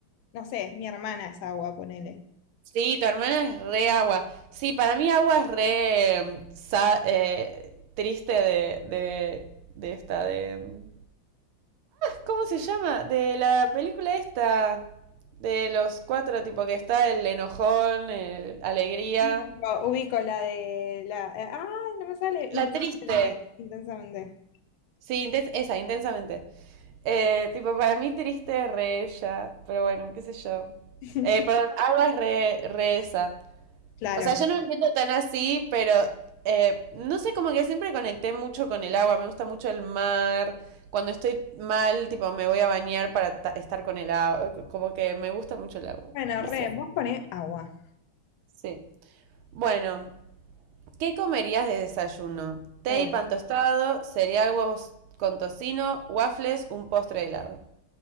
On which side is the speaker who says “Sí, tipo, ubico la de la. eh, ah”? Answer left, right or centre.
Left